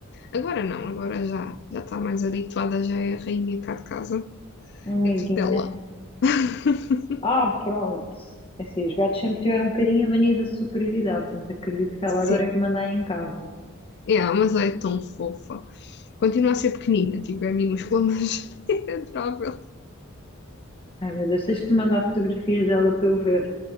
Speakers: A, on the left (about 55°); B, on the left (about 25°).
A: Agora não, agora já já está mais habituada, já é a rainha cá de casa,
B: amiguinha.
A: é tudo dela. <laughs>
B: Ah, pronto. É Assim, os gatos sempre tiveram um bocadinho a mania da superioridade, portanto acredito que ela agora
A: Sim,
B: é que manda aí em casa. não
A: yeah, mas ela é tão fofa. Continua a ser pequenina, tipo, é minúscula, mas <laughs> é adorável.
B: é? Ai meu Deus, tens que me mandar fotografias dela para eu ver.